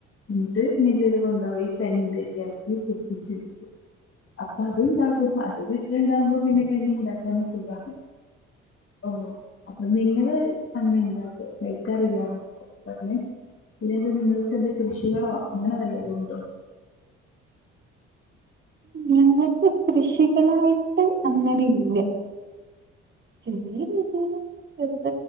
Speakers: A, on the left (about 50°); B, on the right (about 40°).
A: എന്നിട്ട് മില്ലിലെ കൊണ്ടോയി കഞ്ഞിന്റെ അരിയായി കുതിച്ചെടിക്കും അപ്പൊ അതുണ്ടാകും അത് വീട്ടുലുകുണ്ടാവുമ്പോ പിന്നെ കഞ്ഞി ണ്ടാക്കാന സുഖാണ് ഓഹോ അപ്പൊ നിങ്ങള് അങ്ങനെ ണ്ടാക്കി കഴി ക്കാറില്ലാന്നാണൊ പറഞ്ഞത് പിന്നെന്താ കൃഷികളോ അങ്ങനെ വല്ലതും ഉണ്ടോ
B: ഞങ്ങൾക്ക് കൃഷികളായിട്ട് അങ്ങനെ യില്ല ചെറിയ രീതീല് ചെറുത